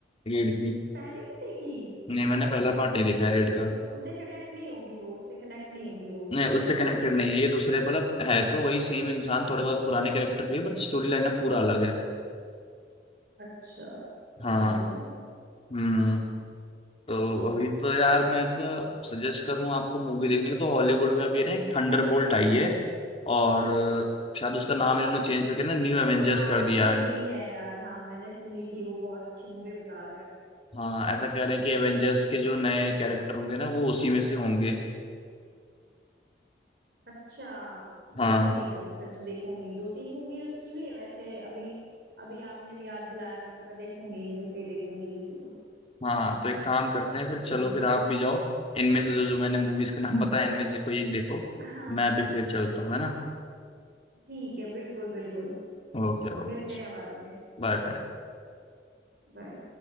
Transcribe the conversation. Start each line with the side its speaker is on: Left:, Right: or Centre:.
Left: रेड की
Right: अच्छा पहले नहीं देखी
Left: नहीं मैंने पहला पार्ट नहीं देखा है रेड का
Right: अच्छा उससे कनेक्ट नहीं होगी वो उससे कनेक्ट नहीं होगी वो
Left: नहीं उससे कनेक्टेड नहीं है ये दूसरे मतलब है तो वही सेम इंसान थोड़े बहुत
Right: अच्छा
Left: पुराने कैरेक्टर भी है बट स्टोरी लाइन पूरा अलग है
Right: अच्छा
Left: हाँ
Right: समझ गई मैं
Left: हम्म तो अभी तो यार मैं सजेस्ट करूँ आपको मूवी देखने का तो हॉलीवुड में अभी ना एक थंडरबोल्ट आई है और शायद उसका नाम इन्होंने चेंज करके ना न्यू एवेंजर्स
Right: हाँ
Left: कर
Right: मैंने
Left: दिया
Right: सुनी
Left: है
Right: है यार हाँ मैंने सुनी थी वो बहुत अच्छी मूवी बता रहे हैं
Left: हाँ ऐसा कह रहे हैं कि एवेंजर्स के जो नए कैरेक्टर होंगे ना वो उसी में से होंगे
Right: अच्छा
Left: हाँ
Right: देखूंगी मैं फिर तो देखूंगी दो तीन मूवी रखी हुई है वैसे अभी अभी आपने भी याद दिलाया मेरे को मैं देखूंगी इनमें से ही देखूंगी किसी को
Left: हाँ तो एक काम करते
Right: अच्छी
Left: हैं फिर चलो
Right: मूवीज
Left: फिर
Right: है
Left: आप भी जाओ इनमें से जो जो मैंने मूवीज के नाम बताया इनमें से कोई एक देखो
Right: हाँ
Left: मैं
Right: हाँ
Left: भी फिर चलता हूँ है ना
Right: ठीक है बिल्कुल बिल्कुल
Left: Okay okay
Right: मिलते हैं बाद में
Left: Bye bye
Right: बाय